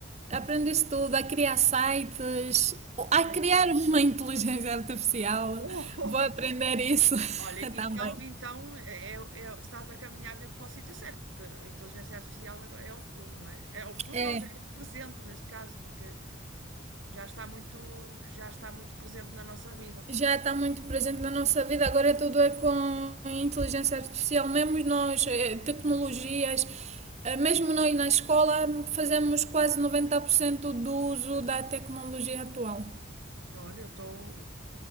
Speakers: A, on the right; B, on the right.
A: aprendo isso tudo, a criar sites, a
B: Ah,
A: criar
B: isso é.
A: uma
B: <laughs>
A: <laughs> inteligência artificial.
B: Oh, oh,
A: Vou
B: oh.
A: aprender isso
B: Olha,
A: <laughs>
B: então,
A: também.
B: então é, é- é, estás a caminhar mesmo para o sítio certo, porque a inteligência artificial agora é o futuro, não é? É o futuro,
A: É.
B: não, já é o presente neste caso, porque já está muito, já está muito presente na nossa vida.
A: já está muito presente na nossa vida, agora é tudo é com inteligência artificial, mesmo nós, eh, tecnologias, eh, mesmo nós na escola fazemos quase 90% do uso da tecnologia atual.
B: Olha, eu estou